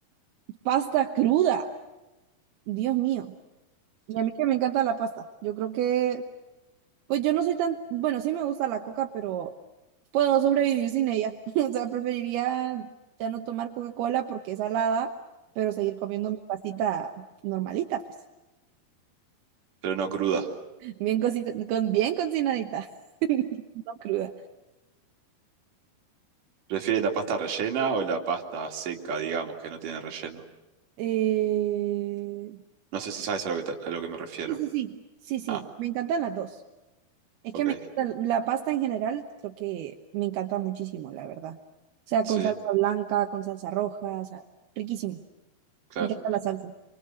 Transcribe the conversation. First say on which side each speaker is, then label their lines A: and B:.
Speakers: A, on the right; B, on the right.
A: Pasta cruda, Dios mío. Y a mí que me encanta la pasta. Yo creo que, pues yo no soy tan, bueno, sí me gusta la coca, pero puedo sobrevivir sin ella. <laughs> O sea, preferiría ya no tomar Coca-Cola porque es salada, pero seguir comiendo mi pastita normalita, pues
B: <laughs> pero no cruda.
A: Bien cosita, con, bien cocinadita, <laughs> no cruda.
B: ¿Prefieres la pasta rellena o la pasta seca, digamos, que no tiene relleno?
A: Eh,
B: No sé si sabes a lo que, te- a lo que me refiero.
A: sí, sí, sí, sí, sí,
B: Ah,
A: me encantan las dos. Es
B: ok.
A: que me encanta la pasta en general, creo que me encanta muchísimo, la verdad. O sea,
B: Sí,
A: con salsa blanca, con salsa roja, o sea, riquísimo.
B: claro.
A: Me encanta la salsa.